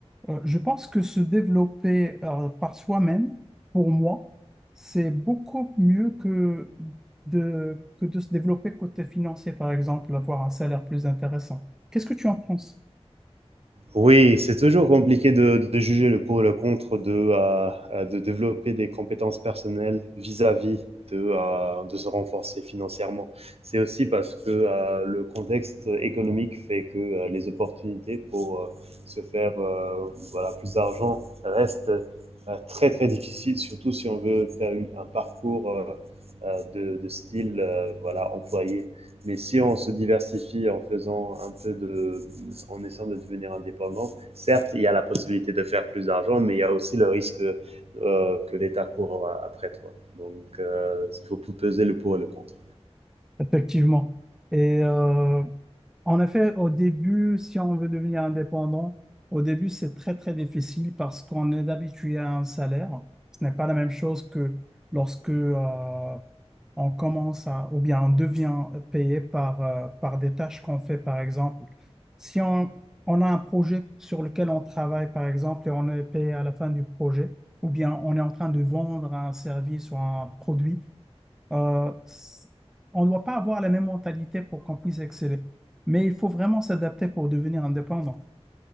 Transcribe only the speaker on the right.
Oui, c'est toujours compliqué de, de juger le pour et le contre de, euh, euh, de développer des compétences personnelles vis-à-vis de, euh, de se renforcer financièrement. C'est aussi parce que euh, le contexte économique fait que euh, les opportunités pour euh, se faire euh, voilà, plus d'argent restent euh, très très difficiles, surtout si on veut faire une- un parcours euh, euh, de, de style euh, voilà, employé. Mais si on se diversifie en faisant un peu de, en essayant de devenir indépendant, certes, il y a la possibilité de faire plus d'argent, mais il y a aussi le risque euh, que l'État court après toi. Donc, euh, il faut peser le pour et le contre.